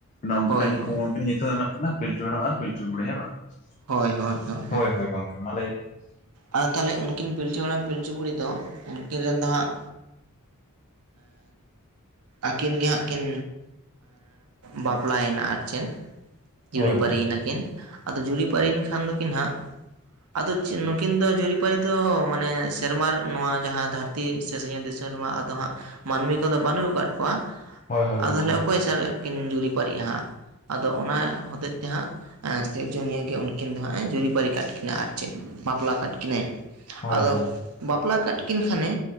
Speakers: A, on the left; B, on the right.
A: ᱱᱚᱝᱠᱤᱱᱟᱜ
B: ᱦᱳᱭ
A: ᱧᱩᱛᱩᱢ
B: ᱦᱳᱭ
A: ᱦᱩᱠᱤᱱ ᱧᱩᱛᱩᱢ ᱮᱢᱟᱜ ᱠᱟᱱᱟ ᱯᱤᱞᱪᱩ ᱦᱟᱲᱟᱢ ᱟᱨ ᱯᱤᱞᱪᱩ ᱵᱩᱲᱦᱤ ᱦᱮᱸ ᱵᱟᱝ
B: ᱦᱳᱭ
A: ᱾
B: ᱦᱳᱭ ᱦᱮᱸ
A: ᱦᱳᱭ ᱦᱳᱭ ᱜᱚᱝᱠᱮ ᱢᱟ ᱞᱟᱹᱭ ᱵᱮᱱ ᱾
B: ᱟᱫᱚ ᱛᱟᱞᱮ ᱩᱱᱠᱤᱱ ᱯᱤᱞᱪᱩ ᱦᱟᱲᱟᱢ ᱯᱤᱞᱪᱩ ᱵᱩᱲᱤ ᱫᱚ ᱩᱱᱠᱤᱱ ᱨᱮᱱ ᱫᱚ ᱦᱟᱸᱜ ᱟᱹᱠᱤᱱ ᱜᱮ ᱦᱟᱸᱜ ᱠᱤᱱ ᱵᱟᱯᱞᱟᱭᱮᱱᱟ ᱟᱨ ᱪᱮᱱ ᱾ ᱡᱩᱨᱤᱯᱟᱨᱤ
A: ᱦᱳᱭ ᱦᱳᱭ
B: ᱱᱟᱠᱤᱱ ᱟᱫᱚ ᱡᱩᱨᱤᱯᱟᱨᱤᱭᱮᱱ ᱠᱷᱟᱱ ᱫᱚᱠᱤᱱ ᱦᱟᱸᱜ ᱟᱫᱚ ᱱᱩᱠᱤᱱ ᱫᱚ ᱡᱩᱨᱤᱯᱟᱹᱨᱤ ᱫᱚ ᱢᱟᱱᱮ ᱥᱮᱨᱢᱟ ᱱᱚᱣᱟ ᱡᱟᱦᱟᱸ ᱫᱷᱟᱹᱨᱛᱤ ᱛᱤ ᱥᱮᱥᱮᱝ ᱮ ᱫᱤᱥᱚᱨᱢᱟ ᱟᱫᱚ ᱦᱟᱸᱜ ᱢᱟᱹᱱᱢᱤ ᱠᱚᱫᱚ ᱵᱟᱹᱱᱩ ᱠᱟᱫ ᱠᱚᱣᱟ ᱾
A: ᱦᱳᱭ ᱦᱳᱭ
B: ᱟᱫᱚ
A: ᱜᱚᱝᱠᱮ
B: ᱛᱟᱞᱦᱮ ᱚᱠᱚᱭ ᱪᱟᱞᱟᱜ ᱠᱤᱱ ᱡᱩᱨᱤᱯᱟᱨᱤᱜᱼᱟ ᱦᱟᱸᱜ ᱟᱫᱚ ᱚᱱᱟ ᱦᱚᱛᱮᱡ ᱛᱮ ᱦᱟᱸᱜ ᱥᱤᱨᱡᱚᱱᱤᱭᱟᱹ ᱜᱮ ᱩᱱᱠᱤᱱ ᱫᱚ ᱦᱟᱸᱜ ᱡᱩᱨᱤᱯᱟᱨᱤ ᱠᱟᱜ ᱠᱤᱱᱟ ᱾ ᱠᱤᱱᱟᱹᱜ ᱟᱨ ᱪᱮᱜ ᱵᱟᱯᱞᱟ ᱠᱟᱜ ᱠᱤᱱᱟᱹᱭ
A: ᱦᱳᱭ
B: ᱟᱫᱚ
A: ᱦᱳᱭ
B: ᱵᱟᱯᱞᱟ ᱠᱟᱜ ᱠᱤᱱ ᱠᱷᱟᱱᱮ